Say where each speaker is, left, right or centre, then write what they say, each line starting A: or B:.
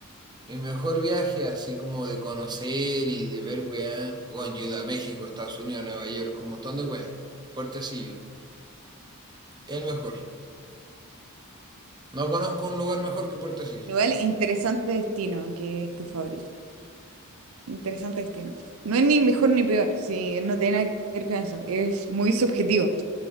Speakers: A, on the right; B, on the right.
A: Mi mejor viaje, así como de conocer y de ver weá. Bueno, yo he ido a México, Estados Unidos, Nueva York, un montón de weá. Puertecillo, el mejor. No conozco un lugar mejor que Puertecillo.
B: Igual, interesante destino que es tu favorito. Interesante destino. No es ni mejor ni peor, si no tiene nada que ver con eso. Es muy subjetivo.